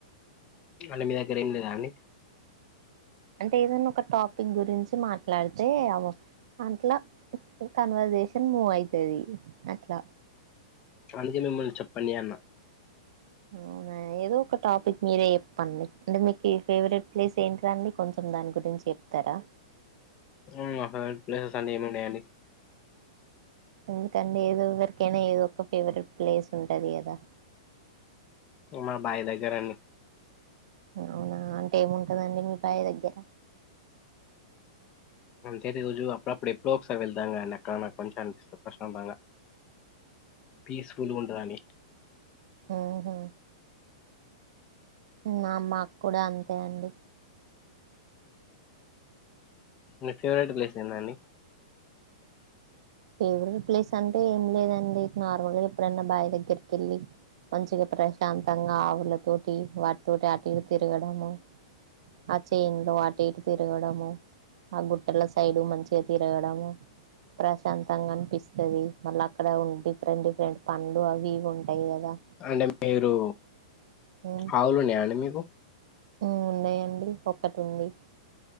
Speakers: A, on the left; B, on the right.
A: చెప్పండి మీ దగ్గర ఏం లేదా అండి
B: అంటే ఏదైనా ఒక టాపిక్ గురించి మాట్లాడితే అ అంట్ల కన్వర్సేషన్ మూవ్ అయితది అట్లా
A: అందుకనే మిమ్మల్ని చెప్పండి అన్న
B: అవునా ఏదో ఒక టాపిక్ మీరే చెప్పండి అంటే మీక్ మీ ఫేవరెట్ ప్లేస్ ఏంటిదండి కొంచెం దాని గురించి చెప్తారా
A: హ్మ్ నా ఫేవరెట్ ప్లేసెస్ అంటే ఏమి ఉన్నాయండి
B: ఎందుకండి ఏదోవరికైనా ఏదో ఒక ఫేవరెట్ ప్లేస్ ఉంటది కదా
A: ఇంగ మా బాయి దగ్గర అన్
B: అవునా అంటే ఏముంటదండి మీ బాయి దగ్గర
A: అంతే రోజు అప్పుడప్పుడు ఎప్పుడో ఒకసారి వెళ్తాం గాని అక్కడ నాకు కొంచెం ప్రశాంతంగా పీస్ఫుల్గ ఉంటదని
B: ఆహా మా అమ్మ కూడా అంతే అండి
A: మీ ఫేవరెట్ ప్లేస్ ఏందండి
B: ఫేవరెట్ ప్లేస్ అంటే ఏం లేదండి నార్మల్గా ఎప్పుడైనా బావి దగ్గరికి ఎళ్ళి మంచిగా ప్రశాంతంగా ఆవులతోటి వాటితోటి అటు ఇటు తిరగడము ఆ చేన్లో అటు ఇటు తిరగడము ఆ గుట్టల సైడ్ మంచిగా తిరగడము ప్రస్ శంతంగా అనిపిస్తది మళ్ళ అక్కడ డిఫరెంట్ డిఫరెంట్ పన్లు అవి ఇవి ఉంటాయి కదా
A: అంటే మీరు
B: హ్మ్
A: ఆవులున్నాయా అండి మీకు
B: హ్మ్ ఉన్నాయండి ఒక్కటి ఉంది